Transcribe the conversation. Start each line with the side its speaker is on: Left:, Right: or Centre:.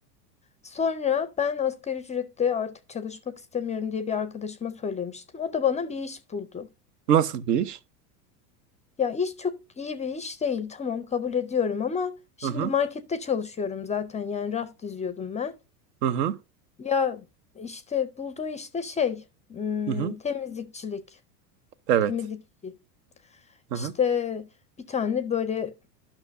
Left: Sonra ben asgari ücretle artık çalışmak istemiyorum diye bir arkadaşıma söylemiştim. O da bana bir iş buldu.
Right: Nasıl bir iş?
Left: Ya iş çok iyi bir iş değil. Tamam kabul ediyorum ama şimdi
Right: Hı hı.
Left: markette çalışıyorum zaten. Yani raf diziyordum ben.
Right: Hı hı.
Left: Ya işte bulduğu işte şey hmm,
Right: Hı hı.
Left: temizlikçilik.
Right: Evet.
Left: Temizlikçi.
Right: Hı
Left: İşte
Right: hı.
Left: bir tane böyle